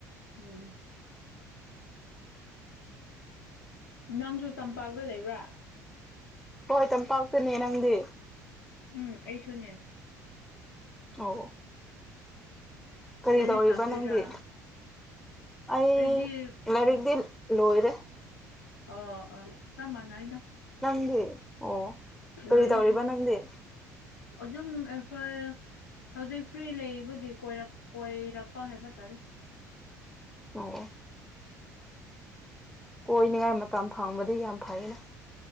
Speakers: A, on the left (about 80°); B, in the centre.
A: ꯎꯝ ꯅꯪꯁꯨ ꯇꯝꯄꯥꯛꯒ ꯂꯩꯕ꯭ꯔꯥ
B: ꯍꯣꯏ ꯇꯝꯄꯥꯛꯇꯅꯦ ꯅꯪꯗꯤ
A: ꯎꯝ ꯑꯩꯁꯨꯅꯦ
B: ꯑꯣ ꯀꯔꯤ
A: ꯂꯥꯏꯔꯤꯛ
B: ꯇꯧꯔꯤꯕ
A: ꯇꯝꯔꯤꯔꯥ
B: ꯅꯪꯗꯤ ꯑꯩ
A: ꯑꯩꯗꯤ
B: ꯂꯥꯏꯔꯤꯛꯗꯤꯜ
A: ꯎꯝ
B: ꯂꯣꯏꯔꯦ
A: ꯑꯣ ꯑꯥ ꯆꯞ ꯃꯥꯟꯅꯩꯗ
B: ꯅꯪꯗꯤ ꯑꯣ
A: ꯂꯣꯏꯔꯦ
B: ꯀꯔꯤ ꯇꯧꯔꯤꯕ
A: ꯑꯩꯁꯨ
B: ꯅꯪꯗꯤ
A: ꯑꯗꯨꯝ ꯑꯩꯈꯣꯏ ꯍꯧꯖꯤꯛ ꯐ꯭ꯔꯤ ꯂꯩꯕꯒꯤ ꯀꯣꯏꯔꯛ ꯀꯣꯏꯔꯛꯄ ꯍꯥꯏꯕ ꯇꯥꯔꯦ
B: <unintelligible> ꯀꯣꯏꯅꯤꯡꯉꯥꯏ ꯃꯇꯝ ꯐꯪꯕꯗꯤ ꯌꯥꯝ ꯐꯩꯅ